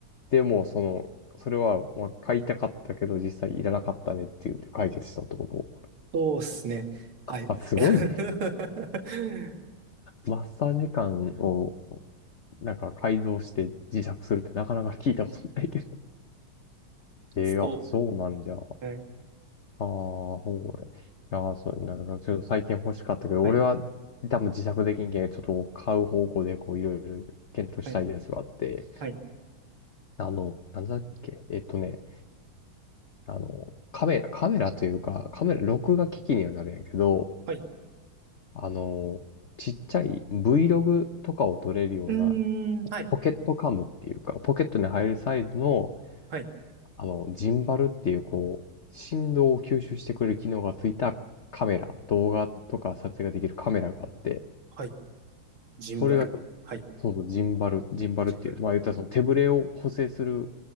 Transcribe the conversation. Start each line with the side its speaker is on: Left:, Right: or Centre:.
Left: でも、その、それは、まあ、買いたかったけど、実際いらなかったねっていうんで解決したってこと
Right: そうですね。はい。
Left: あ、すごいね。
Right: <laughs>
Left: マッサージ感を、なんか改造して自作するってなかなか聞いたことないけど。ええあ、
Right: そ
Left: そうなんじゃ。
Right: うはい、
Left: ああ、ほうね。いやー、そう、なんかちょっと最近欲しかったけど、
Right: はい、
Left: 俺は多分自作できんけん、ちょっと買う方向でこういろいろ検討したいやつがあって、
Right: はい、はい、
Left: あの、なんだっけ、えっとね、あの、カメラ、カメラというか、カメラ、録画機器にはなるんやけど、
Right: はい。
Left: あの、ちっちゃい Vlog とかを撮れるような
Right: うーん、はい、
Left: ポケットカムっていうか、ポケットに入るサイズの、
Right: はい、
Left: あの、ジンバルっていう、こう、振動を吸収してくれる機能がついたカメラ、動画とか撮影ができるカメラがあって、
Right: はい。ジンバル。
Left: それが、
Right: はい、
Left: そうそう、ジンバル、ジンバルっていう、
Right: ジンバル。
Left: まあ言ったらその手ぶれを補正する